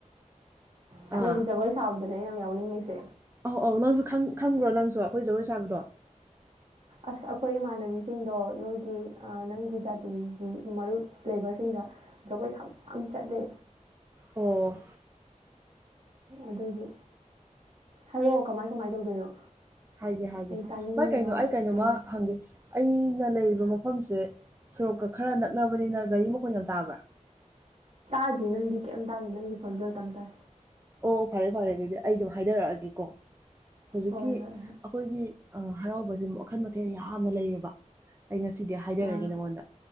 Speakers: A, on the right (about 55°); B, on the right (about 20°).
A: ꯅꯈꯣꯏꯒꯤ
B: ꯑꯥ
A: ꯖꯒꯣꯏ ꯁꯥꯕꯗꯨꯅꯦ ꯑꯩꯅ ꯌꯥꯝ ꯌꯥꯎꯅꯤꯡꯉꯤꯁꯦ
B: ꯑꯣ ꯅꯪꯁꯨ ꯈꯪ ꯈꯪꯕ꯭ꯔꯣ ꯅꯪꯁꯨ ꯑꯈꯣꯏ ꯖꯒꯣꯏ ꯁꯥꯕꯗꯣ
A: ꯑꯁ ꯑꯈꯣꯏ ꯏꯃꯥꯟꯅꯕꯤ ꯁꯤꯡꯗꯣ ꯅꯣꯏꯒꯤ ꯑ ꯅꯪꯒꯤ ꯖꯥꯇꯤꯒꯤ ꯃꯔꯨꯞ ꯂꯩꯕꯁꯤꯡꯗ ꯖꯒꯣꯏ ꯁꯥꯕ ꯌꯥꯝ ꯆꯠꯂꯦ
B: ꯑꯣ
A: ꯑꯗꯨꯒꯤ ꯍꯥꯏꯔꯛꯑꯣ ꯀꯃꯥꯏ ꯀꯃꯥꯏ ꯇꯧꯗꯣꯏꯅꯣ
B: ꯍꯥꯏꯒꯦ ꯍꯥꯏꯒꯦ
A: ꯑꯩ ꯇꯥꯅꯤꯡꯕꯅ
B: ꯚꯥꯏ ꯀꯩꯅꯣ
A: ꯉꯥꯎꯔꯦ
B: ꯑꯩ ꯀꯩꯅꯣꯝꯃ
A: ꯎꯝ
B: ꯍꯪꯒꯦ ꯑꯩ ꯅ ꯂꯩꯔꯤꯕ ꯃꯐꯝꯁꯦ ꯁꯣꯔꯣꯛꯀ ꯈꯔ ꯅꯛꯅꯕꯅꯤꯅ ꯒꯥꯔꯤ ꯃꯈꯣꯟ ꯌꯥꯝ ꯇꯥꯕ꯭ꯔꯥ
A: ꯇꯥꯗꯤ ꯅꯪꯗꯤ ꯀ꯭ꯌꯝ ꯇꯥꯗꯦ ꯅꯪꯒꯤ ꯈꯣꯟꯖꯦꯜ ꯇꯪ ꯇꯥꯏ
B: ꯑꯣ ꯐꯔꯦ ꯐꯔꯦ ꯑꯗꯨꯗꯤ ꯑꯩ ꯗꯨꯝ ꯍꯥꯏꯗꯔꯛꯑꯒꯦꯀꯣ ꯍꯧꯖꯤꯛꯀꯤ
A: ꯍꯣꯏ ꯍꯣꯏ ꯍꯣꯏ
B: ꯑꯈꯣꯏꯒꯤ ꯑ ꯍꯔꯥꯎꯕꯖꯦ ꯃꯈꯟ ꯃꯊꯦꯟ ꯌꯥꯝꯅ ꯂꯩꯌꯦꯕ ꯑꯩ ꯉꯁꯤꯗꯤ ꯍꯥꯏꯗꯔꯒꯦ
A: ꯑꯥ
B: ꯅꯪꯉꯣꯟꯗ